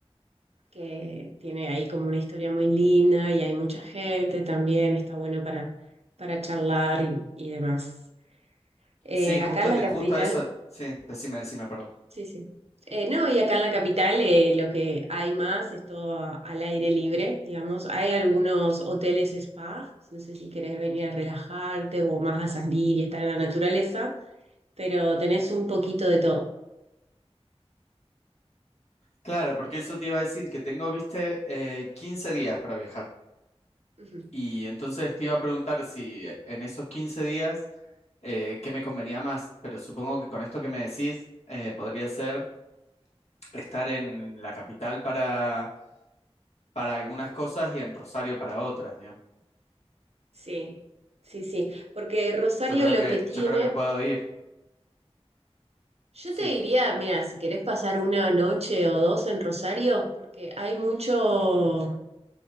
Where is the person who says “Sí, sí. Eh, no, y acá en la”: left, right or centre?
Right